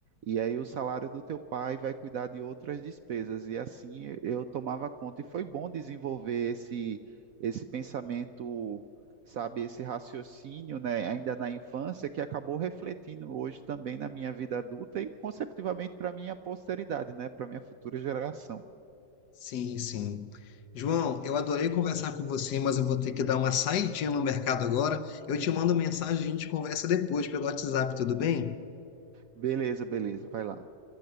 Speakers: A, on the right (about 70°); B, on the left (about 70°).
A: E aí o salário do teu pai vai cuidar de outras despesas. E assim eu tomava conta. E foi bom desenvolver esse, esse pensamento sabe, esse raciocínio, né, ainda na infância, que acabou refletindo hoje também na minha vida adulta e, consecutivamente, para minha posteridade, né, para minha futura geração.
B: Sim, sim. João, eu adorei conversar com você, mas eu vou ter que dar uma saidinha no mercado agora. Eu te mando mensagem, a gente conversa depois pelo WhatsApp, tudo bem?
A: Beleza, beleza, vai lá.